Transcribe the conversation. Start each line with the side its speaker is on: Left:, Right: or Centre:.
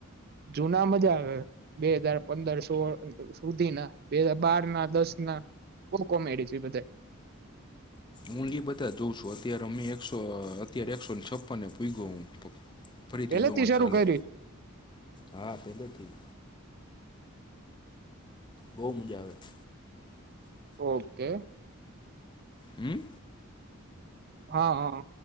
Right: જૂના મજા આવે બે હજાર પંદર સોળ સુધી ના બે હજ બાર ના દસ ના બ કોમેડી છે બધા
Left: હું એ બધા જોઉં છું અત્યારે અમે એકસો અત્યારે એકસોને છપ્પન ભ ગયો હું ફરીથી
Right: પેલેથી
Left: જોવાનું
Right: શરૂ
Left: ચાલુ
Right: કરી
Left: હા પેલેથી બહુ મજા આવે
Right: ઓકે
Left: હમ
Right: હા હા